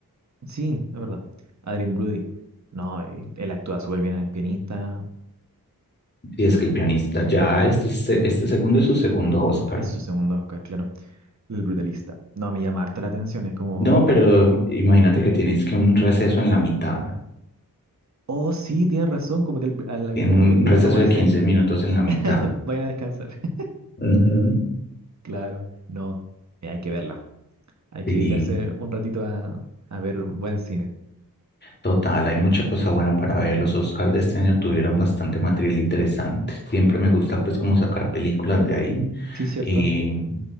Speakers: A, on the right; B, on the left.
A: Sí, es verdad. Adrien Brody. No, él, él actúa súper bien en pianista.
B: Y es que el pianista ya, este, se- este segundo es su segundo Oscar.
A: Es su segundo Oscar, claro. El brutalista. No, me llama harta la atención. Es como,
B: No, pero imagínate que tienes que un receso en la mitad.
A: oh, sí, tienes razón. Como que al- a la mitad
B: Tiene
A: de
B: un
A: la película,
B: receso
A: como dicen,
B: de 15 minutos en la mitad.
A: <laughs> vayan a descansar. <laughs>
B: Ujú.
A: Claro, no. eh, hay que verla. Hay que
B: Sí,
A: dedicarse un ratito a, a ver buen cine.
B: total, hay mucha cosa buena para ver. Los Oscars de este año tuvieron bastante material interesante. Siempre me gusta pues como sacar películas de ahí
A: Sí, cierto.
B: y,